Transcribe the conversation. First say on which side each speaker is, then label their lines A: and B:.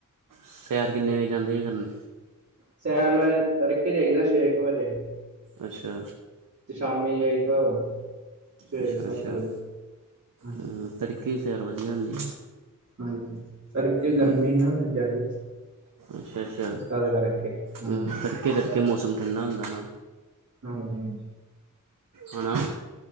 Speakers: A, on the right (about 80°); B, on the right (about 50°).
A: ਸੈਰ ਕਿਨੇ ਵਜੇ ਜਾਂਦੇ ਕਰਨ
B: ਸੈ ਤੜਕੇ ਜਾਈਦਾ ਛੇ ਕੁ ਵਜੇ
A: ਅੱਛਾ
B: ਤੇ ਸ਼ਾਮੀ ਜਾਈਗਾ ਵਾ ਸਵੇਰ
A: ਅੱਛਾ
B: ਸੱਤ
A: ਅੱਛਾ
B: ਵਜੇ ਹਾਂਜੀ
A: ਹਮ, ਤੜਕੇ ਸੈਰ ਵਧੀਆ ਹੁੰਦੀ।
B: ਹਾਂਜੀ ਸੜਕ ਗਰਮੀ
A: ਹਾਂਜੀ
B: ਹਾ ਜਾਦੀ <inaudible>
A: ਅੱਛਾ ਅੱਛਾ ਹਮ, ਤੜਕੇ ਤੜਕੇ ਮੌਸਮ ਠੰਡਾ ਹੁੰਦਾ ਨਾ
B: ਹਾਂਜੀ ਹਾਂ
A: ਹਣਾ